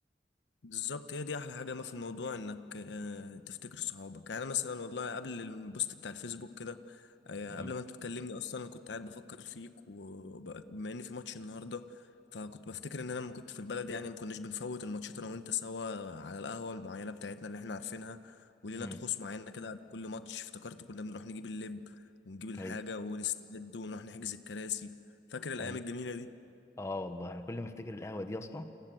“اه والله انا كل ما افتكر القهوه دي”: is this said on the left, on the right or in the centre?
Left